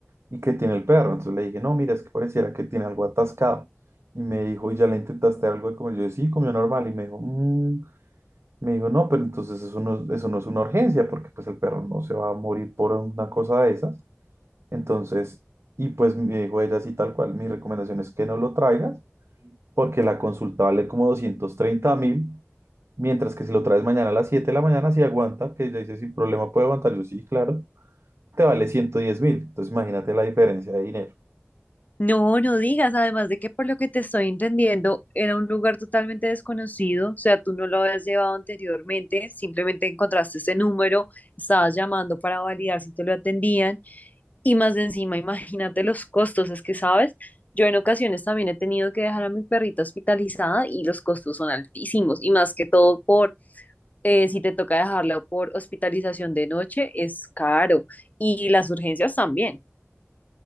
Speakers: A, on the right; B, on the left.
A: ¿y qué tiene el perro? Entonces le dije, no, mira, es que pareciera que tiene algo atascado. Y me dijo, ¿y ya le intentaste dar algo de comer? Yo dije, sí, comió normal y me dijo, "Mm". Me dijo, no, pero entonces eso no, es- eso no es una urgencia porque pues el perro no se va a morir por una cosa de esas. Entonces, y pues me dijo ella así tal cual, mi recomendación es que no lo traigas porque la consulta vale como doscientos treinta mil, mientras que si lo traes mañana a las 7 de la mañana, si aguanta, que ella dice sin problema puede aguantar, yo sí, claro, te vale ciento diez mil. Entonces, imagínate la diferencia de dinero.
B: No, no digas, además de que por lo que te estoy entendiendo, era un lugar totalmente desconocido, o sea, tú no lo habías llevado anteriormente, simplemente encontraste ese número, estabas llamando para validar si te lo atendían Y más de encima, imagínate los costos, es que, ¿sabes? Yo en ocasiones también he tenido que dejar a mi perrita hospitalizada y los costos son altísimos. Y más que todo por, eh, si te toca dejarla por hospitalización de noche, es caro. Y las urgencias también.